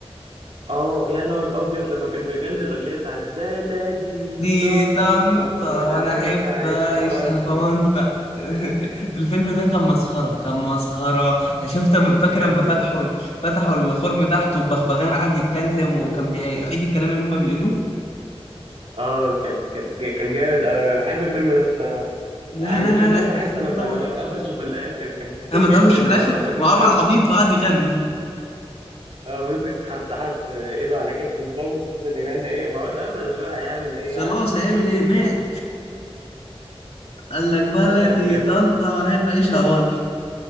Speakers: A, on the right (about 85°); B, on the left (about 75°).
A: اه يا نهار ابيض لما كان بيغني الاغنيه بتاعت بلدي
B: دي
A: طنطا
B: طنطا
A: وانا
B: وانا
A: احب
B: احب
A: اعيش
B: اعيش
A: اوانطا
B: اهونت <laughs> الفيلم ده كان مسخره كان مسخره شفت فاكر
A: بجد
B: لما فتحوا فتحوا الخرم تحت والبغبغان قعد يتكلم وكان بيعيد الكلام اللي هم بيقولوه
A: اه كان كان كان جامد أوي. انا بحب الفيلم ده الصراحه
B: لا
A: عجبتني
B: لا لا لا
A: اخر حته
B: الفيلم
A: لما
B: ده
A: لما
B: م-
A: اتقفشوا في الاخر كان <laughs>
B: اما اتقفش
A: كان
B: في
A: دمها
B: الاخر
A: خفيف
B: وعمل
A: قوي
B: عبيط وقعد يغني
A: اه مسك حتى حط ايده على كتف الضابط وفضل يغني ايه ما هو اتقفش بقى هيعمل ايه يعني
B: خلاص هيعمل ايه مات قال لك بلدي
A: لا بجد
B: طنطا وانا احب اعيشها وان